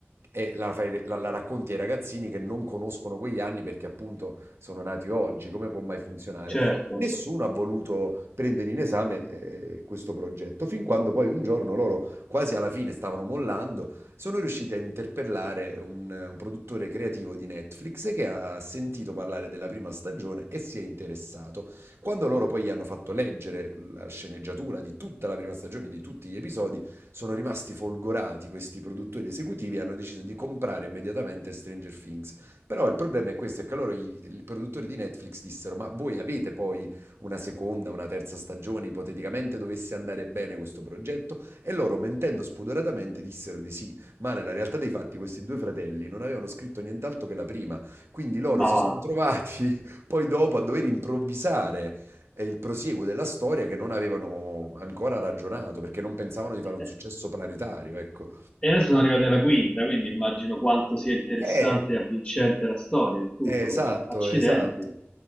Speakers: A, on the right; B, on the left.
A: e la, fai- la- la racconti ai ragazzini che non conoscono quegli anni perché appunto sono nati oggi, come può mai funzionare?
B: certo,
A: Nessuno ha voluto prendere in esame eh, questo progetto, fin quando poi un giorno loro, quasi alla fine, stavano mollando, sono riusciti a interpellare un, un produttore creativo di Netflix che ha sentito parlare della prima stagione e si è interessato. Quando loro poi gli hanno fatto leggere la sceneggiatura di tutta la prima stagione, di tutti gli episodi, sono rimasti folgorati questi produttori esecutivi e hanno deciso di comprare immediatamente Stranger Things. Però il problema è questo, è che loro i, i produttori di Netflix dissero ma voi avete poi una seconda, una terza stagione, ipoteticamente dovesse andare bene questo progetto? E loro mentendo spudoratamente dissero di sì, ma nella realtà dei fatti questi due fratelli non avevano scritto nient'altro che la prima, quindi loro
B: ma
A: si sono
B: va.
A: trovati <laughs> poi dopo a dover improvvisare è il prosieguo della storia che non avevano ancora ragionato perché non pensavano di fare un
B: Eh,
A: successo planetario, ecco.
B: E adesso sono arrivati alla quinta, quindi immagino quanto sia interessante
A: Eh,
B: e avvincente la storia, il tutto,
A: eh, esatto,
B: no? Accidenti.
A: esatto.